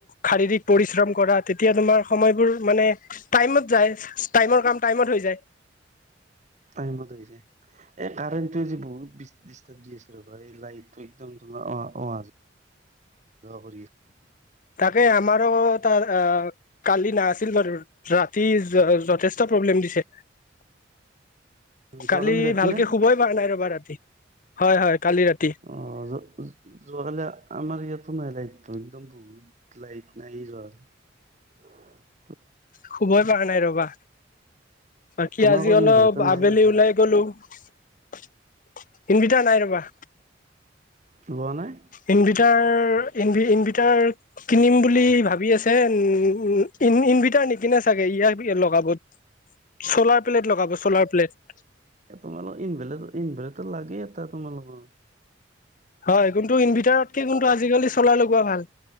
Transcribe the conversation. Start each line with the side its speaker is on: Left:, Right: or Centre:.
Left: শাৰীৰিক পৰিশ্ৰম কৰা তেতিয়া তোমাৰ সময়বোৰ মানে টাইমত যায়, টাইমৰ কাম টাইমত হৈ যায়।
Right: টাইমত হৈ যায়। এই কাৰেণ্টটো আজি বহুত আজি দিচ দিষ্টতাৰব দি আছে। ৰবা এই লাইটটো একদম তোমাৰ অঁ। অঁ যোৱা কৰি। আছে
Left: তাকে আমাৰো তাৰ আহঁ কালি নাছিল বাৰু ৰাতি যথেষ্ট প্ৰব্লেম দিছে।
Right: <inaudible>
Left: কালি
Right: ৰাতি
Left: ভালকে
Right: না
Left: শুবই পৰা নাই ৰবা ৰাতি হয় হয় কালি ৰা
Right: অঁ যোৱাকালি আমাৰ ইয়াতো নাই লাইট একদম বহুত লাইট নাই যহাল। <unintelligible>
Left: শুবই পৰা নাই ৰবা। বাকী
Right: তোমালোকৰ
Left: আজি অলপ
Right: ইনভাৰ্টাৰ নাই
Left: আবেলি
Right: নেকি
Left: ওলাই গলো। ইনভিতাৰ নাই ৰবা।
Right: লোৱা নাই।
Left: ইনভিৰটাৰ ইনভিৰটাৰ কিনিম বুলি ভাবি আছে। উম ই ইনভাৰ্টাৰ নিকিনে চাগে, ইয়াৰবে লগাব। চ'লাৰ প্লেট লগাব চ'লাৰ প্লেট
Right: তোমালোক ইনভলে ইনভেলেতাৰ লাগে এটা তোমালোক
Left: হয়, কিন্তু ইনভাৰ্টাৰতকে কিন্তু আজিকালি চলাই লগোৱা ভাল।